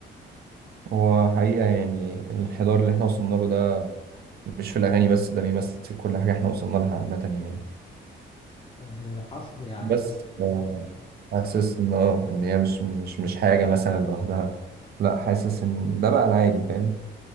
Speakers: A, on the right; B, on the left.
A: هو حقيقة يعني الانحدار اللي احنا وصلنا له ده مش في الاغاني بس ده بيمثل كل حاجه احنا وصلنا لها عامه يعني
B: آه، حصل يعني
A: بس ف- حاسس ان اه ان هي مش مش مش حاجه مثلا لوحدها لا حاسس ان ده بقى العادي فاهم